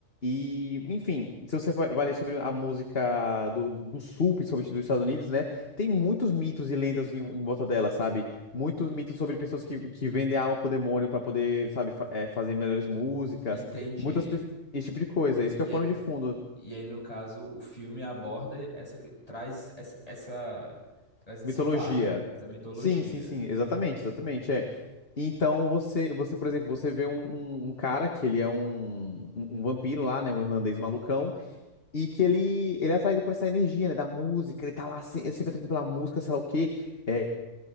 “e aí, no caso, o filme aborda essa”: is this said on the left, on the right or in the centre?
Left